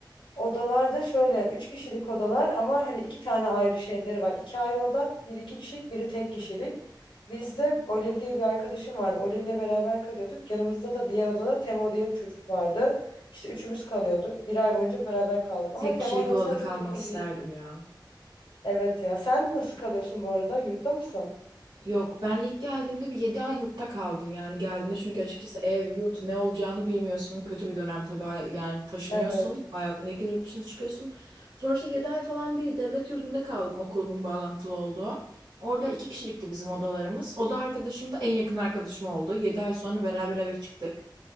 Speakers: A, on the left; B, on the right.
A: Odalarda şöyle üç kişilik odalar ama hani iki tane ayrı şeyleri var. İki ayrı oda, biri iki kişilik, biri tek kişilik. Bizde Olive diye bir arkadaşım vardı. Olive'le beraber kalıyorduk. Yanımızda da diğer odada Temo diye bir çocuk vardı. İşte üçümüz kalıyorduk. Bir ay boyunca beraber kaldık.
B: Tek
A: Ama Temo
B: kişilik
A: ile
B: odada
A: mesela
B: kalmak
A: çok yakın
B: isterdim
A: değil.
B: ya.
A: Evet ya. Sen nasıl kalıyorsun bu arada? Yurtta mısın?
B: Yok ben ilk geldiğimde bir 7 ay yurtta kaldım yani geldiğimde çünkü açıkçası ev yurt ne olacağını bilmiyorsun. Kötü bir dönem tabii Hay- yani taşınıyorsun
A: Evet.
B: hayatındaki yurt dışına çıkıyorsun. Sonra işte 7 ay falan bir devlet yurdunda kaldım okulumun bağlantılı olduğu. Orada iki kişilikti bizim odalarımız. Oda arkadaşım da en yakın arkadaşım oldu. 7 ay sonra beraber eve çıktık.